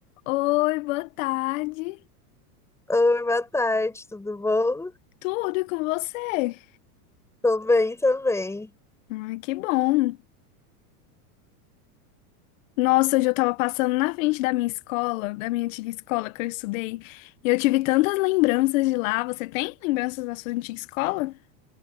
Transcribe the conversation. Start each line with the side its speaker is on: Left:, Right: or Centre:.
Left: Oi, boa tarde.
Centre: Oi, boa tarde, tudo bom?
Left: Tudo e com você?
Centre: Tô bem também.
Left: Ai, que bom. Nossa, hoje eu tava passando na frente da minha escola, da minha antiga escola que eu estudei, e eu tive tantas lembranças de lá. Você tem lembranças da sua antiga escola?